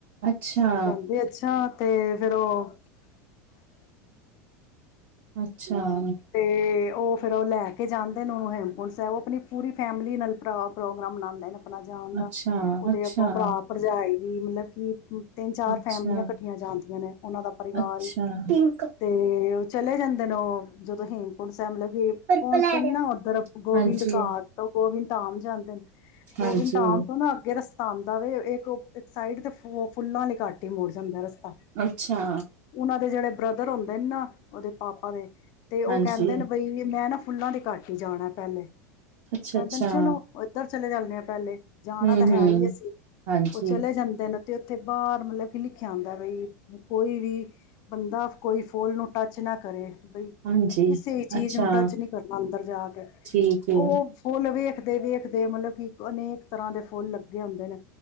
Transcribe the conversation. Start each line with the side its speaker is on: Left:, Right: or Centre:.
Right: ਅੱਛਾ,
Left: ਉਹ ਕਹਿੰਦੇ ਅੱਛਾ। ਤੇ ਫਿਰ ਉਹ
Right: ਅੱਛਾ। ਹ।
Left: ਤੇ ਉਹ ਫਿਰ ਉਹ ਲੈ ਕੇ ਜਾਂਦੇ ਨੇ ਉਹਨੂੰ, ਹੇਮਪੁੰਟ ਸਾਹਿਬ ਉਹ ਆਪਣੀ ਪੂਰੀ ਫੈਮਿਲੀ ਨਾਲ ਪ੍ਰੋਗਰਾਮ ਮਨਾਉਂਦੇ ਨੇ। ਆਪਣਾ ਜਾਣ ਦਾ,
Right: ਅੱਛਾ,
Left: ਉਹਦੇ
Right: ਅੱਛਾ,
Left: ਅਗੋਂ ਭਰਾ ਭਰਜਾਏ ਵੀ ਮਤਲਬ ਕਿ ਤਿੰਨ ਚਾਰ
Right: ਅੱਛਾ,
Left: ਫੈਮਲੀਆਂ
Right: ਅੱਛਾ।
Left: ਇਕੱਠੀਆਂ ਜਾਂਦੀਆਂ ਨੇ, ਉਹਨਾਂ ਦਾ ਪਰਿਵਾਰ
Right: ਅੱਛਾ
Left: ਹੀ
Right: ਪਿੰਕ,
Left: ਤੇ ਚਲੇ ਜਾਂਦੇ ਨੇ ਉਹ ਜਦੋਂ ਹੇਮਕੁੰਟ ਸਾਹਿਬ ਲਗੇ ਪਹੁੰਚਦੇ
Right: ਪਰਪਲ ਆ
Left: ਨੇ
Right: ਰਿਹਾ।
Left: ਨਾ, ਉੱਧਰ ਗੋਵਿੰਦ
Right: ਹਾਂਜੀ,
Left: ਘਾਟ ਤੋਂ ਉਹ ਵਿ ਧਾਮ ਜਾਂਦੇ।
Right: ਹਾਂਜੀ,
Left: ਗੋਬਿੰਦ ਧਾਮ ਤੋਂ ਨਾ ਅੱਗੇ ਰਸ ਧਾਨਦਾ ਵਵੇ ਇੱਕ ਉਹ ਇੱਕ ਸਾਈਡ ਤੇ <inaudible> ਉਹ ਫੁੱਲਾਂ ਲਈ ਘਾਟ ਹੀ ਮੁੜ ਜਾਂਦਾ ਰਸਤਾ,
Right: ਅੱਛਾ,
Left: ਉਹਨਾਂ ਦੇ ਜਿਹੜੇ ਬ੍ਰਦਰ ਹੁੰਦੇ ਨੇ ਨਾ, ਉਹਦੇ ਪਾਪਾ ਦੇ। ਤੇ ਉਹ
Right: ਹਾਂਜੀ,
Left: ਕਹਿੰਦੇ ਨੇ, ਬਈ ਮੈਂ ਨਾ ਫੁੱਲਾਂ ਦੇ ਕੱਟ ਹੀ ਜਾਣਾ ਪਹਿਲੇ
Right: ਅੱਛਾ-ਅੱਛਾ,
Left: ਕਹਿੰਦੇ ਨੇ ਚਲੋ ਉੱਧਰ ਚਲੇ ਜਾਂਦੇ ਹਾਂ ਪਹਿਲੇ ਜਾਣਾ
Right: ਹੂੰ-ਹੂੰ।
Left: ਤਾਂ ਹੈ ਹੀ ਅਸੀਂ,
Right: ਹਾਂਜੀ,
Left: ਉਹ ਚਲੇ ਜਾਂਦੇ ਨੇ। ਅਤੇ ਉੱਥੇ ਬਾਹਰ ਮਤਲਬ ਫ ਲਿਖਿਆ ਜਾਂਦਾ ਭਈ ਕੋਈ ਵੀ ਬੰਦਾ ਕੋਈ ਫੋਨ ਨੂੰ ਟੱਚ ਨਾ ਕਰੇ, ਬਈ
Right: ਹਾਂਜੀ
Left: ਕਿਸੇ ਚੀਜ਼
Right: ਅੱਛਾ
Left: ਨੂੰ ਟੱਚ ਨਹੀਂ ਕਰਨਾ ਅੰਦਰ ਜਾ ਕੇ,
Right: ਠੀਕ ਏ।
Left: ਉਹ ਫੁੱਲ ਵੇਖ ਦੇਖਦੇ ਦੇਖਦੇ ਮਤਲਬ ਕਿ ਅਨੇਕ ਤਰ੍ਹਾਂ ਦੇ ਫੁੱਲ ਲੱਗੇ ਹੁੰਦੇ ਨੇ।